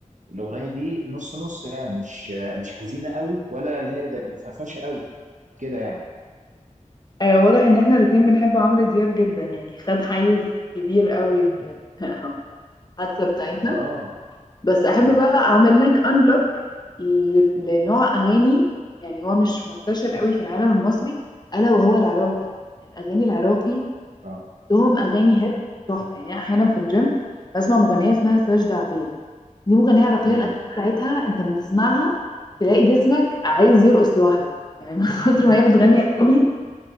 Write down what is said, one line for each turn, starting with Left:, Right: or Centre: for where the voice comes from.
Right: الاغنيه دي نص نص يعني مش آه مش حزينه قوي ولا اللي هي در- فرفشه قوي كده يعني
Left: آه واضح ان احنا الاتنين بنحب عمرو دياب جدا يعني خد حيز كبير قوي من ال- <laughs> الحادثة بتاعتنا
Right: ما اه
Left: بس احب
Right: أيوة،
Left: بقى اعمل لك انلوك لنوع اغاني يعني هو مش منتشر قوي في العالم المصري الا وهو العراقي الاغاني العراقي
Right: اه
Left: لهم اغاني هيت تحفة يعني أنا احيانا في الجيم بسمع مغنية اسمها ساجدة عبيد دي مغنية عراقية
Right: امم
Left: الاغاني بتاعتها انت من تسمعها تلاقي جسمك عايز يرقص لوحده يعني من <laughs> كتر ما هي بتغني
Right: اه
Left: اغاني